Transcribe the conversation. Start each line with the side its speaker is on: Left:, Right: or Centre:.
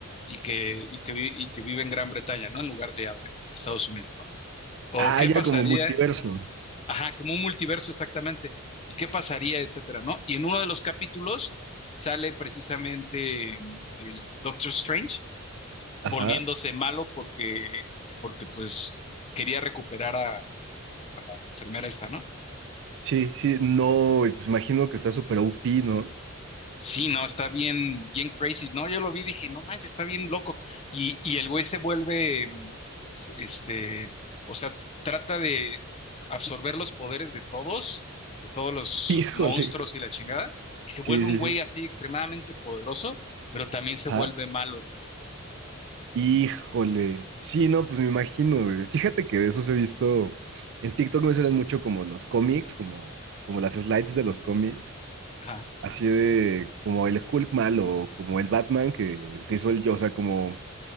Left: y que, y que, vi- y que vive en Gran Bretaña, ¿no? En lugar de eh, Estados Unidos, ¿no? O
Right: Ah,
Left: qué
Right: ya
Left: pasaría,
Right: como multiverso.
Left: ajá, como un multiverso exactamente, y qué pasaría, etcétera, ¿no? Y en uno de los capítulos sale precisamente mm, el Doctor Strange
Right: Ajá.
Left: volviéndose malo porque, porque pues quería recuperar a, a la enfermera esta, ¿no?
Right: Sí, sí, no, y pues imagino que está súper OP, ¿no?
Left: Sí, no, está bien, bien crazy. No, yo lo vi, dije, no manches, está bien loco. Y, y el güey se vuelve, mm, s- este, o sea, trata de absorber los poderes de todos, de todos los
Right: <laughs> Híjole.
Left: monstruos
Right: güey.
Left: y la chingada, y se vuelve
Right: Sí,
Left: un
Right: sí,
Left: güey
Right: sí.
Left: así extremadamente poderoso, pero también se
Right: Ajá.
Left: vuelve malo el güey.
Right: Híjole. Sí, no, pues me imagino, güey. Fíjate que de esos he visto. En TikTok me salen mucho como los cómics, como, como las slides de los cómics.
Left: Ajá,
Right: Así de como el Hulk malo, o como el Batman que se hizo el yo, o sea, como